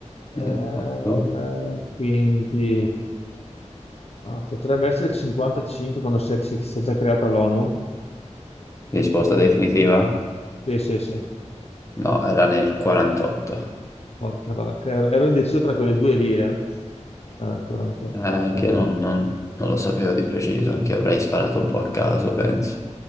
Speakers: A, on the left (about 25°); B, on the left (about 60°).
A: Esatto.
B: Eh, quindi ah, potrebbe essere il 55 quando si è, si è già creata l'ONU.
A: Risposta definitiva?
B: Sì, sì, sì.
A: No, era nel 48.
B: Porca vacca, ero, ero indeciso tra quelle due lì, eh. Ah, 48,
A: Eh, anche
B: ok.
A: io non, non- non lo sapevo di preciso, anche io avrei sparato un po' a caso, penso.